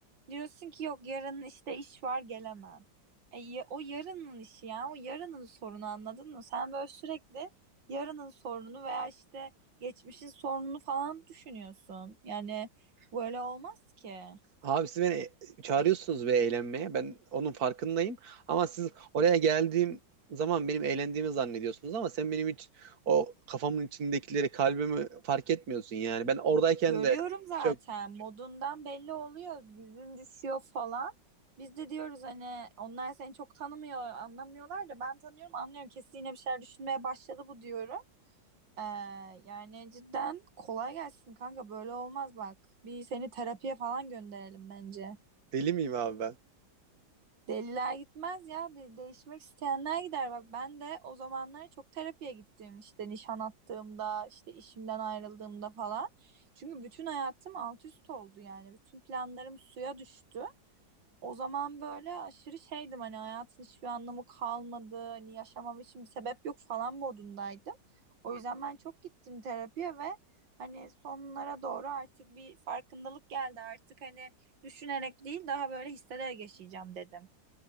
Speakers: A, on the right; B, on the right.
A: Diyorsun ki yok yarın işte iş var gelemem. E, ya- o yarının işi ya. O yarının sorunu anladın mı? Sen böyle sürekli yarının sorununu veya işte geçmişin sorununu falan düşünüyorsun. Yani Böyle olmaz ki.
B: Abi siz beni e- çağırıyorsunuz ve eğlenmeye. Ben onun farkındayım. Ama siz oraya geldiğim zaman benim eğlendiğimi zannediyorsunuz ama sen benim hiç o kafamın içindekileri, kalbimi fark etmiyorsun yani. Ben oradayken
A: Görüyorum
B: de
A: zaten
B: çok
A: modundan belli oluyor. Yüzün düşüyor falan. Biz de diyoruz hani onlar seni çok tanımıyor, anlamıyorlar da ben tanıyorum, anlıyorum. Kesin yine bir şeyler düşünmeye başladı bu diyorum. Ee, yani cidden kolay gelsin kanka böyle olmaz bak. Bir seni terapiye falan gönderelim bence.
B: deli miyim abi ben?
A: Deliler gitmez ya. De- değişmek isteyenler gider. Bak ben de o zamanlar çok terapiye gittim. İşte nişan attığımda, işte işimden ayrıldığımda falan. Çünkü bütün hayatım alt üst oldu yani. Bütün planlarım suya düştü. O zaman böyle aşırı şeydim hani hayatın hiçbir anlamı kalmadı. Hani yaşamam için bir sebep yok falan modundaydım. O yüzden ben çok gittim terapiye ve hani sonlara doğru artık bir farkındalık geldi. Artık hani düşünerek değil daha böyle hissederek yaşayacağım dedim.